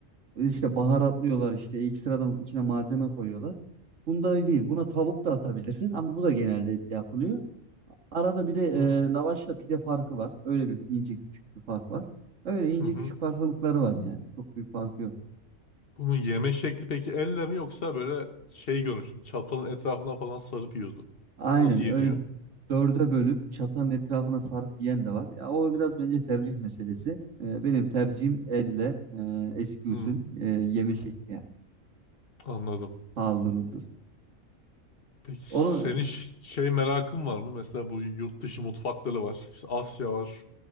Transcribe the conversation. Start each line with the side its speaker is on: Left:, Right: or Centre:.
Right: İşte baharatlıyorlar işte ekstradan içine malzeme koyuyorlar. Bunda değil. Buna tavuk da atabilirsin ama bu da genelde etle yapılıyor. Arada bir de
Left: Hı hı.
Right: e, lavaşla pide farkı var. Öyle bir ince küçük bir fark var. Öyle ince
Left: hı.
Right: küçük farklılıkları var yani. Çok büyük farkı yok.
Left: Bunun yeme şekli peki elle mi yoksa böyle şey görmüştüm. Çatalın etrafına falan sarıp yiyordu.
Right: Aynen
Left: Nasıl yeniyor?
Right: öyle dörde bölüp çatanın etrafına sarıp yiyen de var. Ya o biraz bence tercih meselesi. E, benim tercihim elle e, eski usul
Left: Hmm,
Right: e, yeme şekli yani.
Left: anladım.
Right: Paldır uldur.
Left: Peki
Right: Onu
Left: senin ş- şey merakın var mı? Mesela bu yurt dışı mutfakları var. İşte Asya var.